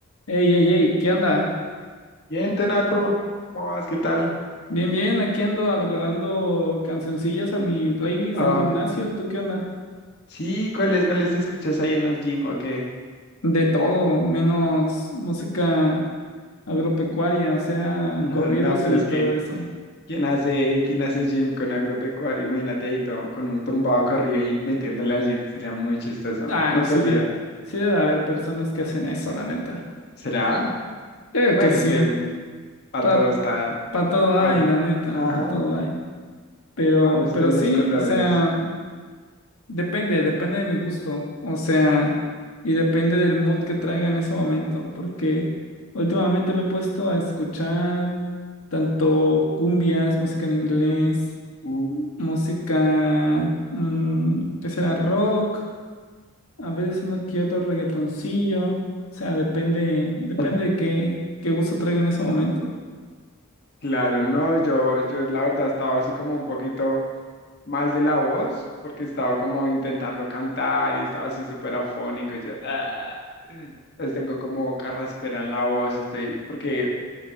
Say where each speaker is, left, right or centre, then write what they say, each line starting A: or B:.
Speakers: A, on the left; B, on the left.
A: Ey, ey, ey, ¿qué onda?
B: Bien, Tenato, ¿cómo vas? ¿Qué tal?
A: Bien, bien, aquí ando agregando cancioncillas a mi playlist
B: Ah,
A: del gimnasio. ¿Tú qué onda?
B: sí, ¿cuáles, cuáles te escuchas ahí en el gym o qué?
A: De todo, menos música agropecuaria, o sea,
B: <laughs>
A: corridos
B: No, pero
A: y
B: es
A: todo
B: que,
A: eso.
B: ¿quién hace, quién hace gym con agropecuario? Imagínate ahí todo, con un tumbado corrido y metiéndole al gym, sería muy chistoso.
A: Ay,
B: No
A: sí,
B: podría.
A: de- sí debe haber personas que hacen eso, la neta.
B: ¿Será?
A: Creo
B: Bueno,
A: que sí.
B: es que para
A: Para
B: todo está,
A: todo hay,
B: para,
A: la neta,
B: ajá,
A: para todo hay. Pero,
B: para gustos
A: pero
B: los
A: sí,
B: colores.
A: o sea. Depende, depende de mi gusto, o sea, y depende del mood que traiga en ese momento, porque últimamente me he puesto a escuchar tanto cumbias, música en inglés,
B: Uh,
A: música, mm, ¿qué será? Rock, a veces uno que otro reggaetoncillo, o sea, depende, depende
B: <laughs>
A: de qué, qué gusto traiga en ese momento.
B: claro, no, yo, yo la verdad estaba así como un poquito. mal de la voz porque estaba como intentando cantar y estaba así súper afónico. y yo, "Ah". Entonces tengo como carraspera en la voz, estoy, porque